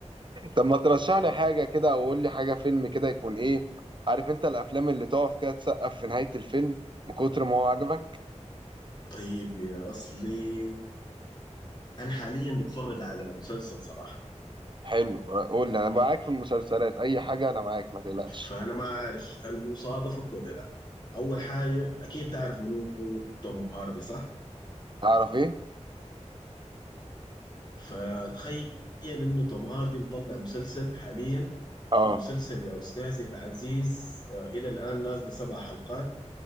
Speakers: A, on the right (about 40°); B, on the left (about 35°).
A: طب ما ترشح لي حاجه كده او قول لي حاجه فيلم كده يكون ايه عارف انت الافلام اللي تقف كده تسقف في نهايه الفيلم من كتر ما هو عجبك
B: طيب يا اصلي انا حاليا بتفرج على مسلسل صراحه
A: حلو قول لي انا معاك في المسلسلات اي حاجه انا معاك ما تقلقش
B: فانا ما عارف هل هو صادفك ولا لا اول حاجه اكيد تعرف منو هو توم هاردي صح
A: تعرف ايه
B: فتخيل انه توم هاردي مطلع مسلسل حاليا
A: اه
B: المسلسل يا استاذي العزيز آه، الى الان نازل سبع حلقات